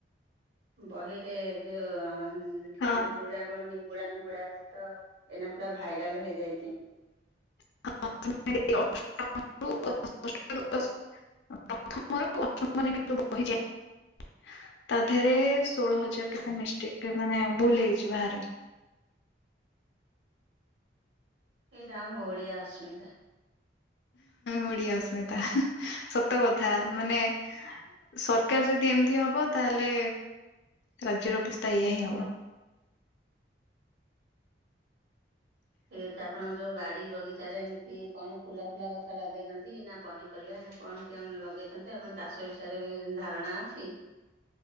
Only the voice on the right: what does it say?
ବହିରେ ଯୋଉ
ବୁଡା କଣ ନିିବୁଡା ନିବୁଡା ତ ଏଇନା ପୁରା ଭାଇରାଲ ହେଇଯାଇଛି।
ଏଇଟା ଆମ ଓଡ଼ିଆ ଅସ୍ମିତା।
ଠିକ ଅଛି। ଆପଣଙ୍କ ଯୋଉ ବାଡି ବଗିଚାରେ ଏମିତି କଣ ଫୁଲ ଫୁଲ ଗଛ ଲଗେଇଛନ୍ତି ନା ପନିପରିବା ନା କଣ କଣ ଲଗେଇଛନ୍ତି? ଆପଣ ଚାଷ ବିଷୟରେ ବି ଧାରଣା ଅଛି?